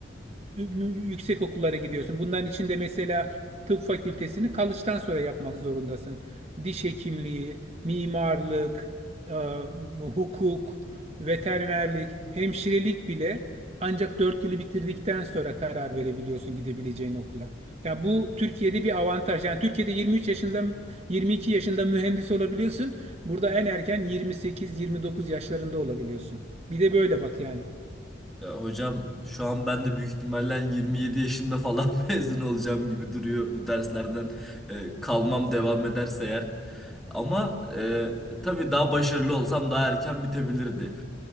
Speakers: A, on the right; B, in the centre.
A: e, yüksek okullara gidiyorsun. Bunların içinde mesela tıp fakültesini college'dan sonra yapmak zorundasın. Diş hekimliği, mimarlık, e, hukuk, veterinerlik, hemşirelik bile ancak 4 yılı bitirdikten sonra karar verebiliyorsun gidebileceğin okula. Ya bu Türkiye'de bir avantaj. Yani Türkiye'de 23 yaşında, 22 yaşında mühendis olabiliyorsun. Burada en erken 28-29 yaşlarında olabiliyorsun. Bir de böyle bak yani.
B: Ya hocam şu an ben de büyük ihtimalle 27 yaşında falan <laughs> mezun olacağım gibi duruyor bu derslerden e, kalmam devam ederse eğer. Ama e, tabii daha başarılı olsam daha erken bitebilirdi.